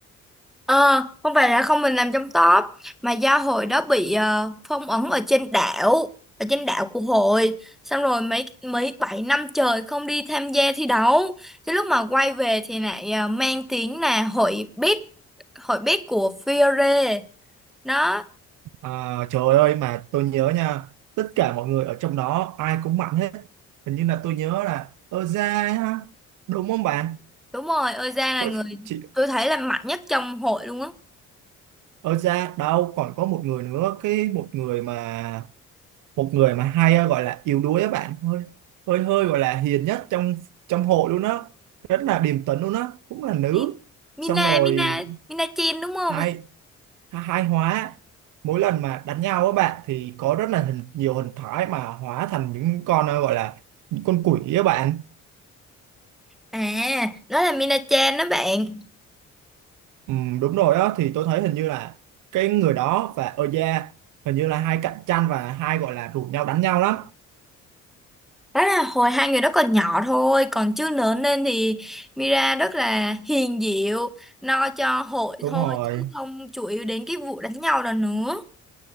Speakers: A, in the centre; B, on the right.
A: Ờ, không phải là không mình làm trong top, mà do hội đó bị ờ, phong ấn ở trên đảo, ở trên đảo của hội, xong rồi mấy mấy 7 năm trời không đi tham gia thi đấu. Cái lúc mà quay về thì lại ờ, mang tiếng là hội biết hội biết của Fiore. nó
B: À, trời ơi mà tôi nhớ nha tất cả mọi người ở trong đó ai cũng mạnh hết hình như là tôi nhớ là Oza ha đúng không bạn
A: Đúng rồi, Oza là
B: có
A: người
B: chị
A: tôi thấy là mạnh nhất trong hội luôn á.
B: Oza đâu còn có một người nữa cái một người mà một người mà hay ờ, gọi là yếu đuối á bạn hơi hơi hơi gọi là hiền nhất trong trong hội luôn á rất là điềm tĩnh luôn á cũng là nữ
A: Min- Mina,
B: xong rồi
A: Mina, Mina Chen đúng không?
B: hai
A: <laughs>
B: hai hóa mỗi lần mà đánh nhau á bạn thì có rất là hình, nhiều hình thái mà hóa thành những con ờ, gọi là những con quỷ á bạn
A: À, đó là Mina Chen đó bạn.
B: ừ, đúng rồi á thì tôi thấy hình như là cái người đó và Oja hình như là hai cạnh tranh và hai gọi là rủ nhau đánh nhau lắm
A: Đó là hồi hai người đó còn nhỏ thôi, còn chưa lớn lên thì Mira rất là hiền dịu, lo cho hội
B: đúng
A: thôi
B: rồi
A: chứ không chủ yếu đến cái vụ đánh nhau đó nữa.